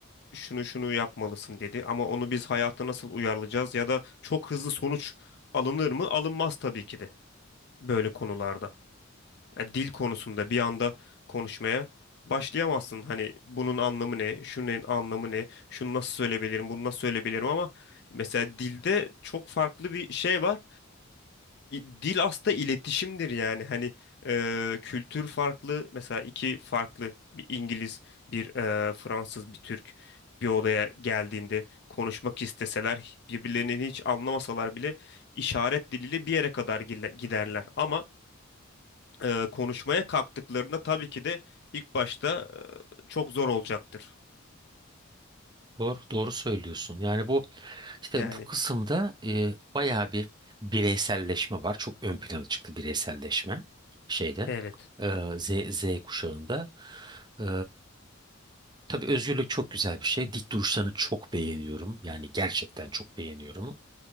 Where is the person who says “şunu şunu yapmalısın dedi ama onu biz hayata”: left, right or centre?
Left